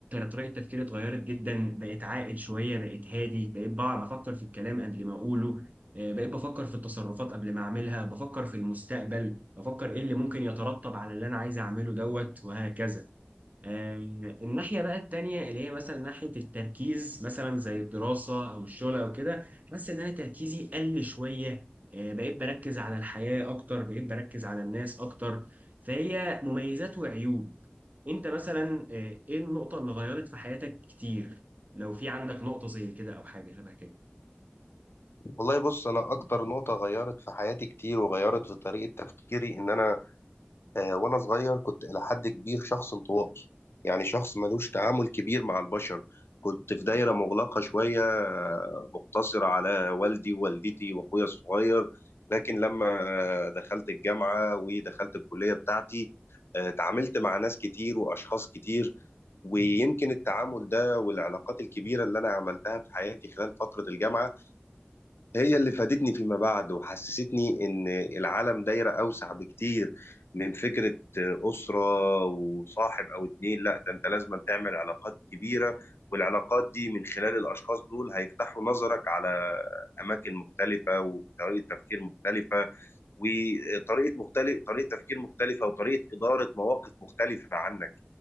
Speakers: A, on the right (about 40°); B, on the left (about 75°).
A: طريقة تفكيري اتغيرت جدا بقيت عاقل شوية بقيت هادي بقيت بقى بفكر في الكلام قبل ما أقوله آه بقيت بفكر في التصرفات قبل ما أعملها بفكر في المستقبل بفكر إيه اللي ممكن يترتب على اللي أنا عايز أعمله دوت وهكذا آه، الناحية بقى التانية اللي هي مثلا ناحية التركيز مثلا زي الدراسة أو الشغل أو كده بس إن أنا تركيزي قل شوية آه، بقيت بركز على الحياة أكتر بقيت بركز على الناس أكتر فهي مميزات وعيوب أنت مثلا آه، إيه النقطة اللي غيرت في حياتك كتير لو في عندك نقطة زي كده أو حاجة شبه كده
B: والله بص انا اكتر نقطة غيرت في حياتي كتير وغيرت في طريقة تفكيري ان انا آه، وانا صغير كنت الى حد كبير شخص انطوائي يعني شخص ملوش تعامل كبير مع البشر كنت في دايرة مغلقة شوية آه، مقتصرة على والدي ووالدتي واخويا الصغير لكن لما آه، دخلت الجامعة ودخلت الكلية بتاعتي آه، تعاملت مع ناس كتير واشخاص كتير ويمكن التعامل ده والعلاقات الكبيرة اللي انا عملتها في حياتي خلال فترة الجامعة هي اللي فادتني فيما بعد وحسستني إن العالم دايرة أوسع بكتير من فكرة أسرة وصاحب أو اتنين لا ده أنت لازم تعمل علاقات كبيرة والعلاقات دي من خلال الأشخاص دول هيفتحوا نظرك على أماكن مختلفة وطريقة تفكير مختلفة وطريقة مختلف طريقة تفكير مختلفة وطريقة إدارة مواقف مختلفة عنك